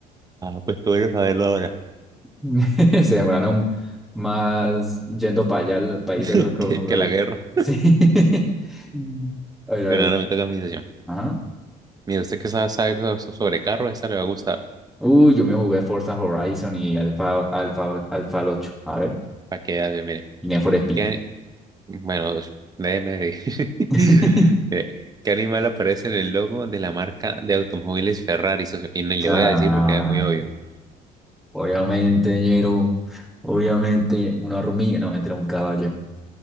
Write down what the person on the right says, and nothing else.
ah, pues que voy saberlo ahora.
<laughs>
Que,
que la guerra.
Bueno,
ahora me toca mi sesión.
Mire, usted que sabe, sabe so- sobre carros, esta le va a gustar.
Para que vea, mire.
¿Qué, Bueno, déjeme <laughs>
ver. ¿Qué animal aparece en el logo de la marca de automóviles Ferrari, socio? Y no le
voy a decir porque es muy obvio.